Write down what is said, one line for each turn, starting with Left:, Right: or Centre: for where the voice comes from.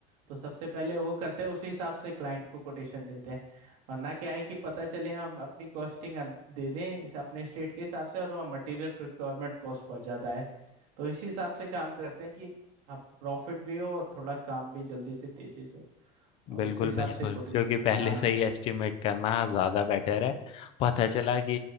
Right: तो सबसे पहले वो करते हैं उसी हिसाब से क्लाइंट को कोटेशन देते हैं वरना क्या है कि पता चले हम अपनी कॉस्टिंग दे दें इसे अपने स्टेट के हिसाब से और वहाँ मटेरियल प्रिक्वायरमेंट कॉस्ट बहुत ज़्यादा है तो इसी हिसाब से काम करते हैं कि आप प्रॉफिट भी हो और थोड़ा काम भी जल्दी से तेजी से हो और
Left: बिल्कुल
Right: उसी हिसाब
Left: बिल्कुल
Right: से कोटेशन
Left: क्योंकि पहले
Right: हाँ
Left: से ही एस्टिमेट करना ज़्यादा बेटर है पता चला कि